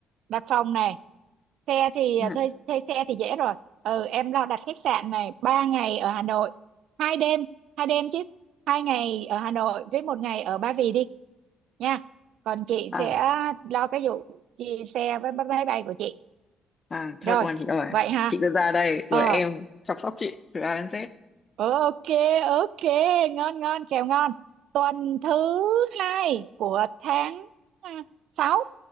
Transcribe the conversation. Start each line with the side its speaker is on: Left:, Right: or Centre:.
Right: đặt phòng này xe thì
Left: Ừ,
Right: à, thuê thuê xe thì dễ rồi ừ em lo đặt khách sạn này ba ngày ở Hà Nội hai đêm hai đêm chứ hai ngày ở Hà Nội với một ngày ở Ba Vì đi nha còn chị
Left: à,
Right: sẽ lo cái vụ chị xe với máy bay của chị
Left: à, chốt
Right: rồi
Left: luôn chị ơi
Right: vậy ha
Left: chị cứ ra đây rồi
Right: ờ
Left: em chăm sóc chị từ A đến Z
Right: ok ok ngon ngon kèo ngon tuần thứ hai của tháng à, sáu